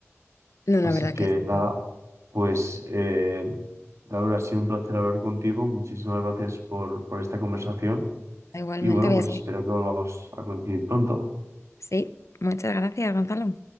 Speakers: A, on the left; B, on the right.
A: No,
B: Así
A: la verdad
B: que
A: que eso.
B: nada,
A: no.
B: pues eh, Laura, ha sido un placer hablar contigo, muchísimas gracias por, por esta conversación
A: Igualmente
B: y bueno,
A: había
B: pues
A: sido.
B: espero que volvamos a coincidir pronto.
A: Sí, muchas gracias, Gonzalo.